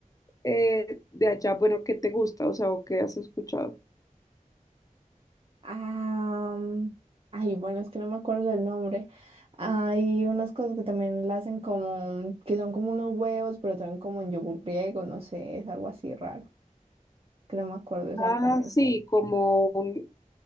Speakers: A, on the left (about 25°); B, on the right (about 45°).
A: eh, de allá, bueno, ¿qué te gusta? O sea, ¿o qué has escuchado?
B: Ah, mm, ay, bueno, es que no me acuerdo del nombre. Hay unas cosas que también la hacen como, que son como unos huevos, pero también como en yogur griego, no sé, es algo así raro, que no me acuerdo exactamente.
A: Ah, sí, como un-